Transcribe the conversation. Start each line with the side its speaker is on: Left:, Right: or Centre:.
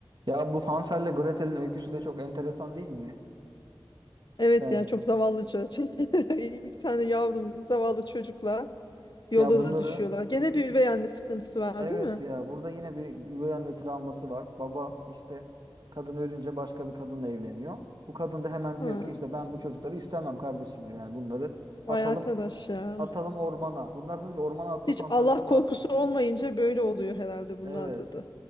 Right: Ya bu Hansel'le Gretel'in öyküsü de çok enteresan değil mi?
Left: Evet
Right: Ben
Left: ya çok zavallı çocuk. <laughs> Bir tane yavrum zavallı çocuklar yolda
Right: ya bunları
Left: da düşüyorlar. Gene bir üvey anne sıkıntısı var
Right: evet
Left: değil mi?
Right: ya burada yine bir üvey anne travması var. Baba işte kadın ölünce başka bir kadınla evleniyor. Bu kadın da hemen diyor
Left: Hı.
Right: ki işte ben bu çocukları istemem kardeşim diyor. Yani bunları atalım
Left: Vay arkadaş ya.
Right: atalım ormana. Bunlarda da bir ormana atma
Left: Hiç
Right: fantazisi
Left: Allah korkusu
Right: var.
Left: olmayınca böyle oluyor herhalde bunlarda
Right: Evet.
Left: da.